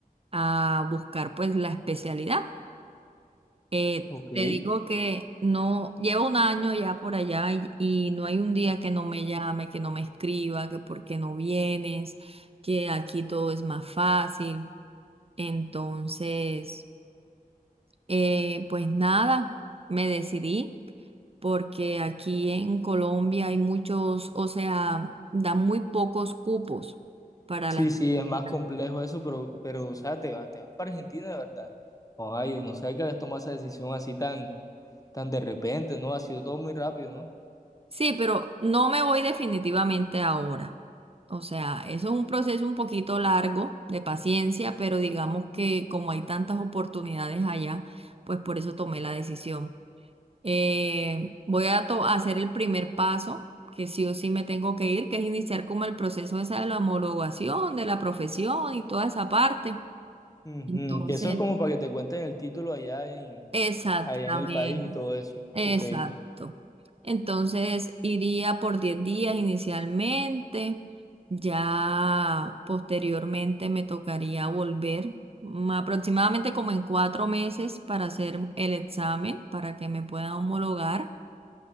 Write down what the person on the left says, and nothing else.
Ok.
Sí,
sí, es más complejo eso, pero, pero, o sea, te vas, te vas para Argentina de verdad. Ay, no sabía que habías tomado esa decisión así tan, tan de repente, ¿no? Ha sido todo muy rápido, ¿no?
Ujú,
Que eso es como para que te cuenten el título allá en,
allá en el país y todo eso.
Ok.